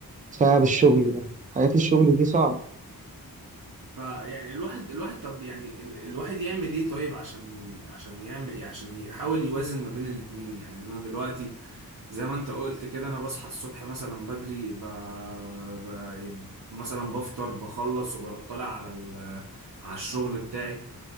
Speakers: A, on the right; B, on the right.
A: بسبب الشغل ده حياة الشغل دي صعبة
B: فيعني الواحد الواحد طب يعني ال- الواحد يعمل ايه طيب عشان عشان يعمل عشان يحاول يوازن ما بين الاتنين يعني انا دلوقتي زي ما انت قلت كده انا بصحى الصبح مثلا بدري ب... ب... يب- مثلا بفطر بخلص وبروح طالع على ال... على الشغل بتاعي